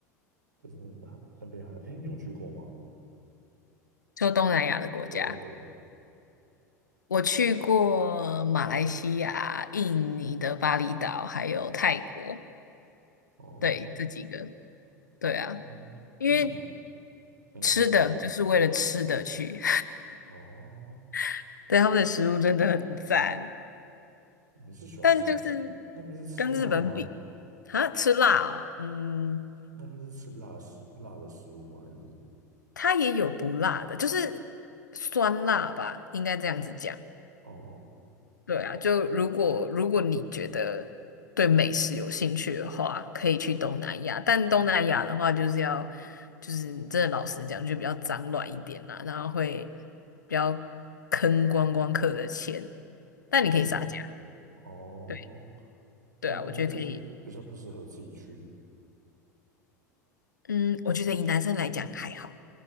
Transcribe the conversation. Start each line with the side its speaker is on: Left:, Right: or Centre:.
Right: 就是还那边还哎诶、你有去过吗？
Left: 就东南亚的国家。
Right: 对啊，对啊，
Left: 我去过马来西亚、印尼的巴厘岛，还有泰国，
Right: 哦，
Left: 对，这几个，对啊，
Right: 嗯，
Left: 因为
Right: 那你那你说你
Left: 吃的就是为了吃的去，
Right: 哦，
Left: <laughs> 对，他们的食物真的很赞，
Right: 你是喜欢吃
Left: 但就是
Right: 那边是吃辣吗？
Left: 跟日本比，啊，吃辣哦，嗯，
Right: 那边是吃辣食辣的食物吗？还是
Left: 它也有不辣的，就是酸辣吧，应该这样子讲。
Right: 哦
Left: 对啊，就如果如果你觉得对美食有兴趣的话，可以去东南亚。但东南亚的话，就是要就是真的老实讲，就比较脏乱一点啦，然后会比较坑观光客的钱。但你可以撒价，
Right: 哦哦，
Left: 对对啊，
Right: 那个那就是比较不适合自己去
Left: 我觉得可以。嗯，我觉得以男生来讲还好，